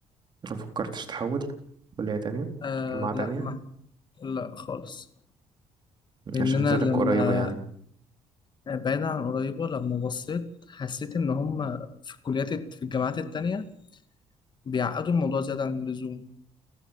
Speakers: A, on the right (about 40°); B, on the left (about 40°).
A: ما فكرتش تحول كليه تانية
B: آه
A: جامعه تانية
B: لا ما لا خالص لأن
A: عشان
B: أنا
A: زادك
B: لما
A: قريبه يعني
B: بعيدا عن قريبة لما بصيت حسيت إن هم في الكليات الت- في الجامعات التانية بيعقدوا الموضوع زيادة عن اللزوم